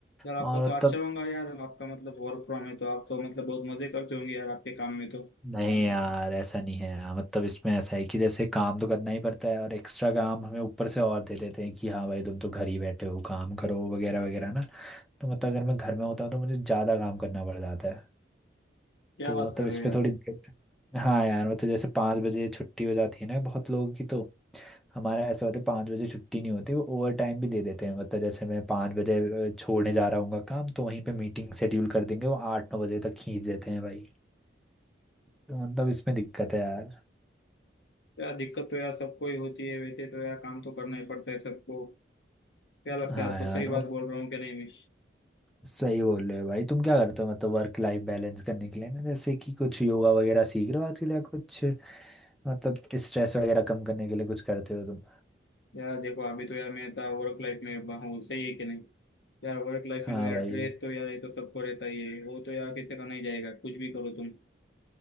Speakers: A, on the left; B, in the centre.
A: यार आपका
B: और
A: तो
B: मतलब
A: अच्छा होगा यार आपका मतलब वर्क फ्रॉम है तो आप तो मतलब बहुत मजे करते होंगे यार आपके काम में तो
B: नहीं यार ऐसा नहीं है यार मतलब इसमें ऐसा है कि जैसे काम तो करना ही पड़ता है और एक्स्ट्रा काम हमें ऊपर से और दे देते हैं कि हाँ भाई तुम तो घर ही बैठे हो काम करो वगैरह वगैरह ना तो मतलब अगर मैं घर में होता हूँ तो मुझे ज़्यादा काम करना पड़ जाता है
A: क्या
B: तो
A: बात
B: मतलब
A: कर
B: इस
A: रहे हो
B: पे
A: यार
B: थोड़ी दिक्कत है। हाँ यार मतलब जैसे पाँच बजे छुट्टी हो जाती है ना बहुत लोगों की तो हमारा ऐसा होता है पाँच बजे छुट्टी नहीं होती वो ओवर टाइम भी दे देते हैं मतलब जैसे मैं पाँच बजे अ, छोड़ने जा रहा हूँ काम तो वहीं पे मीटिंग शेड्यूल कर देंगे वो आठ नौ बजे तक खींच देते हैं भाई तो मतलब इसमें दिक्कत है यार
A: यार दिक्कत तो यार सबको ही होती है वैसे तो यार काम तो करना ही पड़ता है सबको क्या लगता
B: हाँ
A: है आपको
B: यार
A: सही बात
B: अब
A: बोल रहा हूँ क्या नहीं मैं
B: सही बोल रहे हो भाई तुम क्या करते हो मतलब वर्क लाइफ बैलेंस करने के लिए ना जैसे कि कुछ योगा वगैरह सीख रहे हो आजकल या कुछ मतलब स्ट्रेस वगैरह कम करने के लिए कुछ करते हो तुम
A: यार देखो अभी तो यार मैं इतना वर्क लाइफ में हूँ सही है कि नहीं यार वर्क लाइफ
B: हाँ
A: में तो यार
B: भाई
A: स्ट्रेस तो यार ये तो सबको रहता ही है वो तो यार किसी का नहीं जाएगा कुछ भी करो तुम